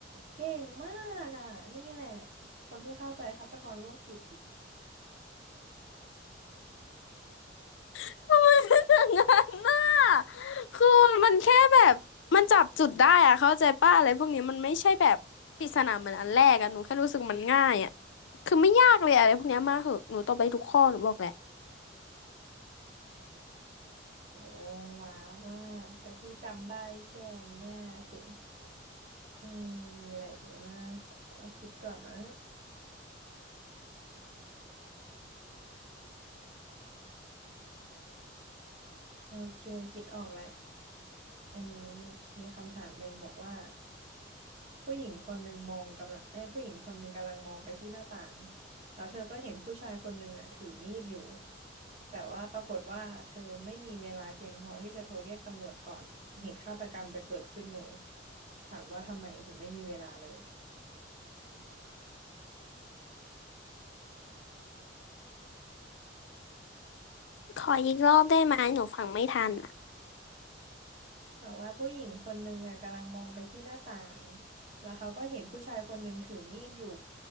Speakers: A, on the right; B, on the left.
A: เก่งมากอ่ะนี่แหละคนที่เข้าใจฆาตกรโรคจิต
B: <laughs> อย่างนั้นน่ะคือมันแค่แบบมันจับจุดได้อะเข้าใจป้ะอะไรพวกนี้มันไม่ใช่แบบปริศนาเหมือนอันแรกอะหนูแค่รู้สึกมันง่ายอะคือไม่ยากเลยอะอะไรพวกเนี้ยมาเหอะหนูตอบไปทุกข้อหนูบอกแหละ
A: โอ้ว้าวมากแต่พี่จำได้แค่เนี้ยสิอืมมีอะไรอีกไหมนะขอคิดก่อนนะโอเคคิดออกแล้วอันนี้มีคำถามหนึ่งบอกว่า ผู้หญิงคนหนึ่งมองกำลังเอ้ยผู้หญิงคนหนึ่งกำลังมองไปที่หน้าต่างแล้วเธอก็เห็นผู้ชายคนหนึ่งอ่ะถือมีดอยู่แต่ว่าปรากฏว่าเธอไม่มีเวลาเพียงพอที่จะโทรเรียกตำรวจก่อนเหตุฆาตกรรมจะเกิดขึ้นเลยถามว่าทำไมถึงไม่มีเวลาเลย
B: ขออีกรอบได้ไหมหนูฟังไม่ทันอะ
A: บอกว่าผู้หญิงคนหนึ่งอ่ะกำลังมองไปที่หน้าต่างแล้วเขาก็เห็นผู้ชายคนหนึ่งถือมีดอยู่